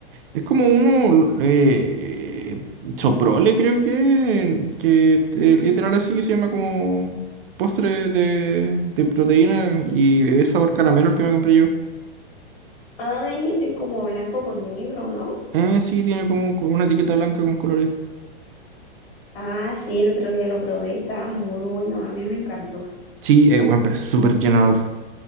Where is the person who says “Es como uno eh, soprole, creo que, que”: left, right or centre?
Right